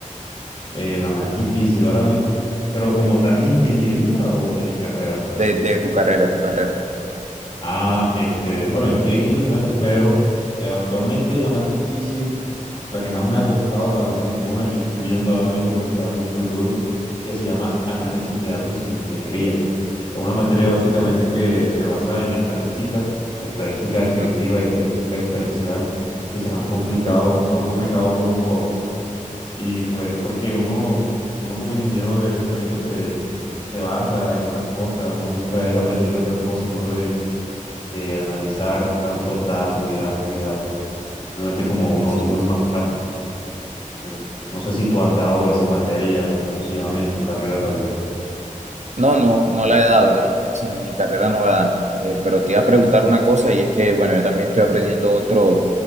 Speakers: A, on the left; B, on the right.
A: Eh, la más difícil ahora mismo, pero como tal de ingeniería o de mi carrera, por ejemplo.
B: de, de tu carrera, de tu carrera?
A: Ah, este, bueno, yo estoy en quinto semestre, pero eh, actualmente la más difícil, la que más me ha costado para mí, es una que estoy viendo ahora mismo que me está dando full duro, que se llama Análisis de Datos e Ingeniería. Es una materia básicamente que se basa en la estadística, estadística descriptiva
B: Ajá.
A: y estadística inferencial, que se me han complicado,
B: Ok,
A: se me ha complicado pues un poco y pues porque uno, uno como ingeniero electrónico se, se basa en otras cosas, uno busca es aprender de otras cosas, no de, de analizar tantos datos y datos y datos. Simplemente como uno,
B: sí
A: uno
B: es.
A: es más práctico. ¿cierto? No sé si tú has dado esa materia o cómo se llama en tu carrera tal vez.
B: No, no, no la he dado, y es en mi carrera no la dan. Eh, pero te iba a preguntar una cosa y es que, bueno, yo también estoy aprendiendo otro,